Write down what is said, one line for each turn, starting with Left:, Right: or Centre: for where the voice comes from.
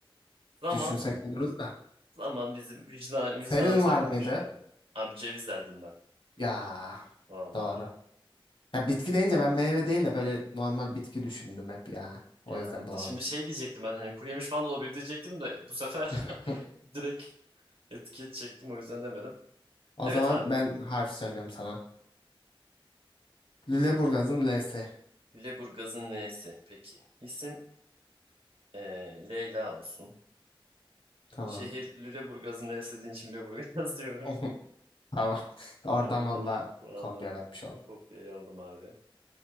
Right: Zaman
Left: düşünsek buluruz da.
Right: zaman bizim vicdan,
Left: Senin
Right: vicdanımıza
Left: var
Right: kalmış
Left: mıydı?
Right: abi. Abi ceviz derdim ben.
Left: Ya
Right: Vallahi.
Left: doğru. Ya bitki deyince ben meyve değil de böyle normal bitki düşündüm hep ya. O
Right: Ya
Left: yüzden
Right: evet.
Left: bulamadım.
Right: Şimdi şey diyecektim ben hani kuru yemiş falan da olabilir diyecektim de bu sefer
Left: <laughs>
Right: <laughs> direkt etiket çektim o yüzden demedim.
Left: O
Right: Evet
Left: zaman
Right: abi.
Left: ben harf söylüyorum sana. Lüleburgaz'ın L'si.
Right: Lüleburgaz'ın L'si. Peki. İsim eee, Leyla olsun.
Left: Tamam.
Right: Şehir Lüleburgaz'ın L'si dediğin için Lüleburgaz <laughs> diyorum.
Left: <laughs> Tamam. <laughs> Oradan
Right: Oradan
Left: valla
Right: vallahi
Left: kopya vermiş oldum.
Right: kopyayı aldım abi.